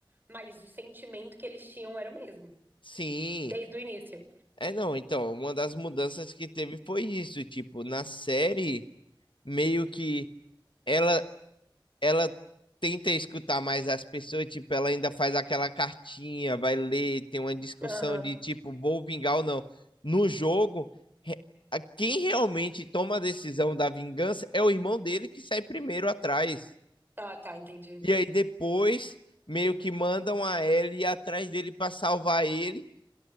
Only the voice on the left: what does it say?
sim.
É, não, então, uma das mudanças que teve foi isso, tipo, na série, meio que ela ela tenta escutar mais as pessoas, tipo, ela ainda faz aquela cartinha, vai ler, tem uma discussão
de tipo, vou vingar ou não. No jogo, re- a- quem realmente toma a decisão da vingança é o irmão dele que sai primeiro atrás.
E aí depois meio que mandam a Ellie atrás dele para salvar ele.